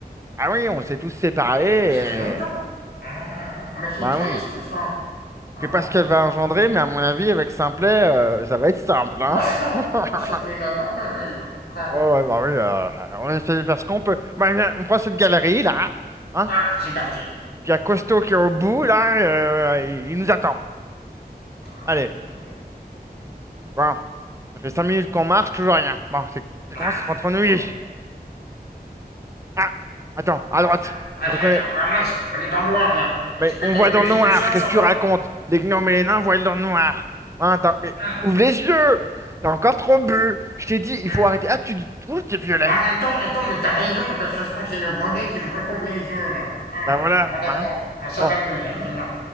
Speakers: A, on the right (about 15°); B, on the left (about 75°).
A: Ah oui, on s'est tous séparés
B: Mais ça fait longtemps.
A: et...
B: Ah, mais c'est
A: Bah
B: triste,
A: oui.
B: tout ça. Ah,
A: Je sais pas ce qu'elle va engendrer, mais à mon avis, avec Simplet, euh, ça va être simple, hein?
B: bah,
A: <laughs>
B: ça me met la larme à l'œil. Ah,
A: Oh ouais, bah oui, euh, on essaie de faire ce qu'on peut. Bah, viens, on prend cette galerie, là, hein?
B: ah, c'est parti.
A: Puis il y a Costo qui est au bout, là, euh, il il nous attend.
B: Ah,
A: Allez,
B: mais, euh,
A: bon. Ça fait cinq minutes qu'on marche, toujours rien. Bon, c'est- ça
B: ah,
A: commence à se rendre ennuyé.
B: bon.
A: Ah, attends, à droite,
B: Attends,
A: je reconnais.
B: attends, ah mince, on est dans le noir là. Est-ce
A: Mais
B: que
A: on
B: t'as
A: voit
B: une petite
A: dans le noir,
B: luciole
A: qu'est-ce
B: sur
A: que
B: toi
A: tu racontes? Les gnomes et les nains voient dans le noir. Hein, attends, mais
B: Ah,
A: ouvre les yeux! T'as encore trop bu! Je t'ai dit, il
B: ah,
A: faut arrêter. Ah, tu dis, ouh, t'es violet.
B: ah, Attends, attends, mais t'as raison, parce que je crois que c'est le bonnet qui me recouvre les yeux là. Ah,
A: Ben voilà,
B: bon d'accord,
A: hein?
B: ah, ça
A: Bon,
B: va mieux là maintenant.